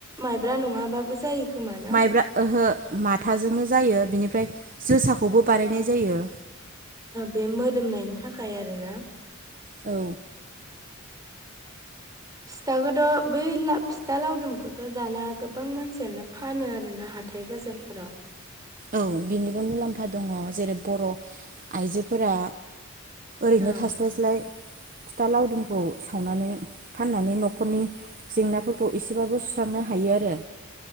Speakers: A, on the right; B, on the right.
A: माइब्रा नङाबाबो जायो। खोमा ना?
B: माइब्रा ओहो माथाजोंनो जायो बिनिफ्राय जोसाखौबो बानायनाय जायो।
A: बे मोदोमनायनि थाखाय आरोना
B: औ
A: फिथाखौथ बै फिथा लावदुमखौथ दाना गोबां मानसियानो फानो आरोना हाथाय बाजारफोराव।
B: औ बिनिबो मुलाम्फा दङ जेरै बर' आइजोफोरा ओरैनो
A: ओं
B: थास्लायस्लाय फिथा लावदुम खौ सावनानै फाननानै न'खरनि जेंनाफोरखौ एसेबाबो सुस्रांनो हायो आरो।